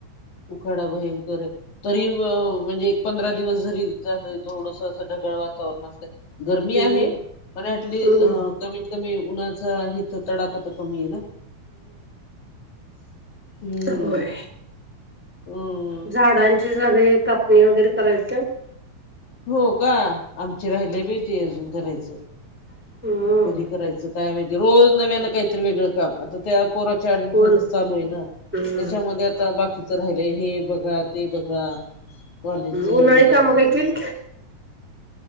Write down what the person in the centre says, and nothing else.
हम्म
हम्म
ह <inaudible> होय.
झाडांची सगळी कापणी वगैरे <unintelligible>
हम्म
हो ना
हम्म
उन्हाळी
काम काय केली